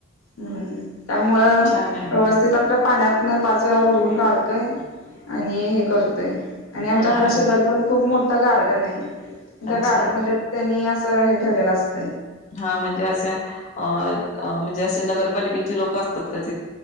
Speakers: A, on the left; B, on the left.
A: हम्म त्यामुळे
B: छान आहे
A: व्यवस्थित
B: ना मग
A: आपलं पाण्यातन पाच वेळा बुडवून काढ
B: हा
A: आणि
B: हा
A: हे करतोय आणि आमच्या
B: हा
A: घराात शेजारी पण खूप मोठ तर गार्डन आहे त्या
B: अच्छा
A: गार्डनमध्ये त्यांनी अस तर हे ठेवलेलं असत
B: हा म्हणजे असे अ म्हणजे असे नगरपालिकेची लोक असतात का ति